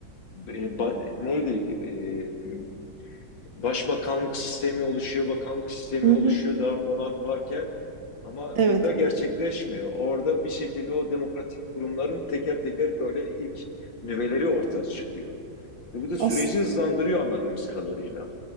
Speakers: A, on the left (about 70°); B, on the right (about 70°).
A: e, ba- neydi? E, başbakanlık sistemi oluşuyor, bakanlık sistemi
B: hı
A: oluşuyor
B: hı.
A: daha monark varken ama
B: Evet.
A: burada gerçekleşmiyor. Orada bir şekilde o demokratik kurumların teker teker böyle ilk nüveleri ortaya çıkıyor. Ve bu da süreci
B: As-
A: hızlandırıyor anladığımız kadarıyla.